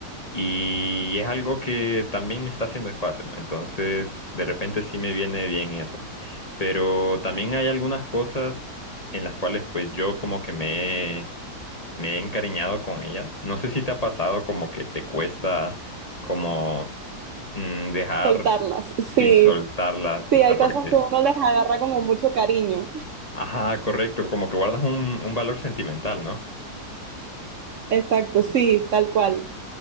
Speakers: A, on the left (about 25°); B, on the right (about 60°).
A: y es algo que también me está haciendo espacio, entonces de repente sí me viene bien eso. Pero también hay algunas cosas en las cuales pues yo como que me, he- me he encariñado con ellas. No sé si te ha pasado como que te cuesta como mm, dejar,
B: Soltarlas, sí.
A: sí, soltarlas,
B: Sí,
A: o sea,
B: hay
A: porque...
B: cosas que uno les agarra como mucho cariño.
A: Ajá, correcto, como que guardas un, un valor sentimental, ¿no?
B: Exacto, sí, tal cual.